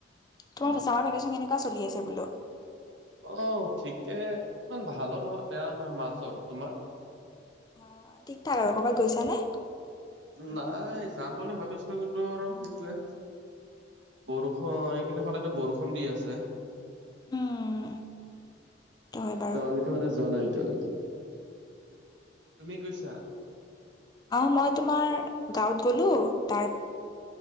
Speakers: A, on the left; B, on the right.
A: তোমাৰ
B: অ
A: চামাৰ
B: অ
A: ভেকেশ্যন কেনেকুৱা চলি আছে বোলো?
B: অ ঠিকেই ইমান ভালো নহয় বেয়া নহয় মাজৰ, তোমাৰ?
A: অ ঠিক ঠাক আৰু ক'ৰবাত গৈছানে?
B: নাই যাম বুলি ভাবিছিলো কিন্তু আৰু সেইটোৱে - বৰষুণ এই কেইদিন সদায়তো বৰষুণ দি আছে।
A: উম সেইটো হয় বাৰু।
B: অ সেইটো কাৰণে যোৱা নাই এতিয়ালৈকে, তুমি গৈছা?
A: অ মই তোমাৰ গাঁৱত গলো। তাৰ -